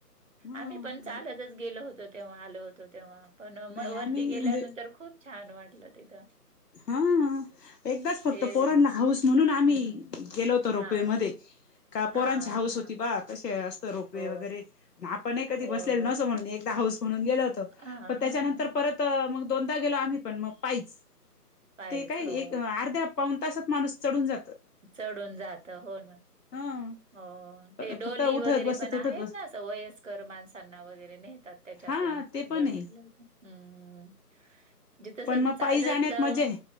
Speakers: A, on the left; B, on the right.
A: हा
B: आम्ही पण चालतच गेलो होतो तेव्हा आलो होतो तेव्हा. पण
A: नाही
B: म वरती
A: आम्ही
B: गेल्यानंतर
A: म्हणजे
B: खूप छान वाटलं तिथं.
A: हा एकदाच फक्त
B: ते
A: पोरानला हौस म्हणून आम्ही
B: हं.
A: गेलो होतो
B: हां,
A: रोपवेमध्ये,
B: हां.
A: का
B: हां,
A: पोरांची हौस होती.
B: हां.
A: बा कसे असतं रोप वे
B: हो,
A: वगैरे, अनं आपणही कधी
B: हो.
A: बसलेलो नसो म्हणून एकदा हौस म्हणून गेलो होतो.
B: हां, हां.
A: पण त्याच्यानंतर परत मग दोनदा गेलो. आम्ही पण मग पाईच
B: पायीच
A: ते काय
B: हो.
A: एक, अर्ध्या पाऊन तासात माणूस चढून जातं.
B: चढून जात हो ना
A: ह
B: हो. ते डोली
A: फक्त उठत
B: वगैरे
A: बसत
B: पण आहेत
A: उठत बसत
B: ना असं, वयस्कर माणसांना वगैरे नेहतात त्याच्यातून
A: हा ते पण
B: बघितलं
A: आहे
B: होत. हम्म हम्म, जे तस
A: पण मग
B: चालत
A: पायी जाण्यात
B: जाऊन
A: मजा आहे